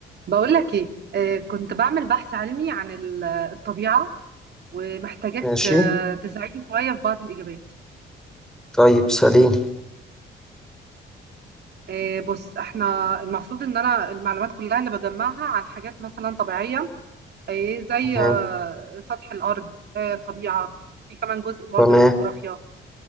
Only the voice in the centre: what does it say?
ماشي
طيب سليم
تمام
تمام